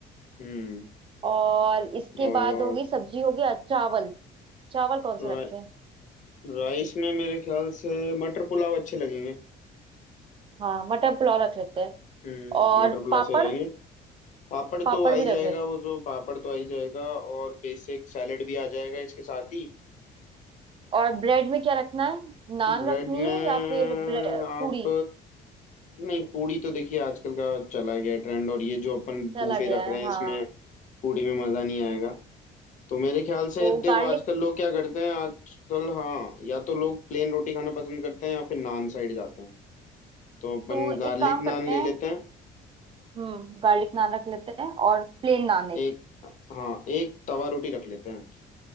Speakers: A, on the left (about 45°); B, on the right (about 30°).
A: हम्म
B: और इसके
A: और
B: बाद होगी सब्जी हो गया चावल चावल कौन से
A: रा,
B: रखें
A: राइस में मेरे ख्याल से मटर पुलाव अच्छे लगेंगे
B: हाँ मटर पुलाव रख लेते हैं
A: हम्म
B: और
A: मटर पुलाव
B: पापड़
A: सही रहेंगे पापड़
B: पापड़
A: तो आ ही
B: भी
A: जाएगा
B: रख लेते हैं
A: वो जो पापड़ तो आ ही जाएगा और बेसिक सैलेड भी आ जाएगा इसके साथ ही
B: और ब्रेड में क्या रखना है नान
A: ब्रेड
B: रखनी
A: में
B: है या फिर ब्रे-
A: आप
B: पूरी
A: नहीं पूरी तो देखिए आजकल का चला गया ट्रेंड और ये जो अपन
B: चला
A: बूफे
B: गया
A: रख
B: है
A: रहे हैं
B: हाँ
A: इसमें पूरी में मजा नहीं आएगा तो मेरे ख्याल से
B: तो
A: देखो
B: गार्लिक
A: आजकल लोग क्या करते हैं आजकल हाँ या तो लोग प्लेन रोटी खाना पसंद करते हैं या फिर नान साइड जाते हैं तो अपन
B: तो एक
A: गार्लिक
B: काम करते
A: नान ले
B: हैं
A: लेते हैं
B: हम्म गार्लिक नान रख लेते हैं और प्लेन नान एक
A: एक हाँ एक तवा रोटी रख लेते हैं